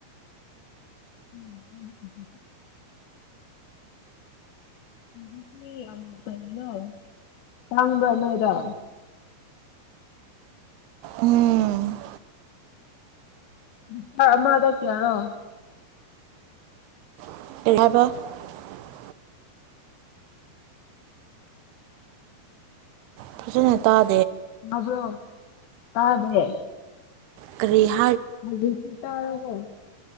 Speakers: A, on the left; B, on the right.
A: ꯎꯝ ꯎꯝ ꯏꯁꯤꯡ ꯌꯥꯝ ꯀꯩꯅꯣ ꯇꯥꯡꯕ꯭ꯔ ꯅꯣꯏꯗ
B: ꯎꯝ
A: ꯂꯤꯇꯔ ꯑꯃꯗ ꯀꯌꯥꯔꯣ
B: <unintelligible> ꯐꯖꯅ ꯇꯥ
A: ꯇꯕꯣ ꯇꯥꯗꯦꯌꯦ
B: ꯀꯔꯤ ꯍꯥꯏ
A: ꯍꯧꯖꯤꯛꯇꯤ ꯇꯥꯔꯕꯣ